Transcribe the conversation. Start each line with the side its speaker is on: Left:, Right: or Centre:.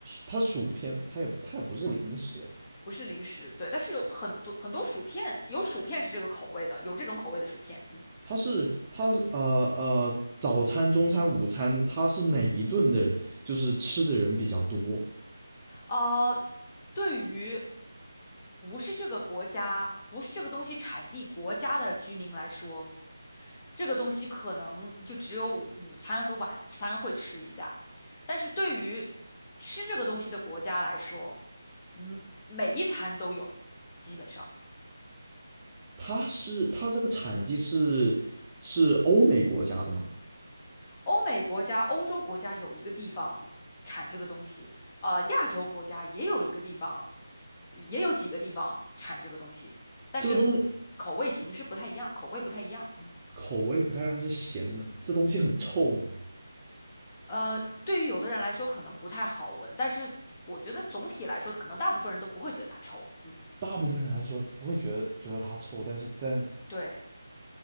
Right: 它薯片嘛，它也它也不是零食呀，
Left: 不是零食，对，但是有很多很多薯片，有薯片是这个口味的，有这种口味的薯片，嗯，
Right: 它是它呃呃早餐、中餐、午餐，它是哪一顿的，就是吃的人比较多？
Left: 呃，对于不是这个国家，不是这个东西产地国家的居民来说，这个东西可能就只有午餐和晚餐会吃一下，但是对于吃这个东西的国家来说，嗯，每一餐都有，基本上。
Right: 它是它这个产地是是欧美国家的嘛？
Left: 欧美国家、欧洲国家有一个地方产这个东西，呃，亚洲国家也有一个地方，也有几个地方产这个东西，但是
Right: 这个东西
Left: 口味形式不太一样，口味不太一样。嗯，
Right: 口味不太像是咸的，这东西很臭嘛。
Left: 呃，对于有的人来说可能不太好闻，但是我觉得总体来说，可能大部分人都不会觉得它臭。嗯，
Right: 大部分人来说不会觉得觉得它臭，但是但
Left: 对，